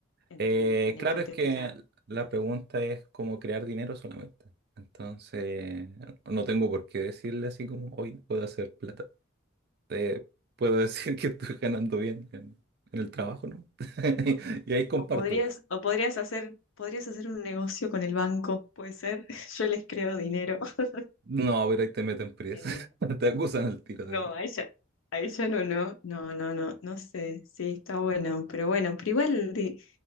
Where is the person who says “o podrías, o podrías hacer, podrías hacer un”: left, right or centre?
Left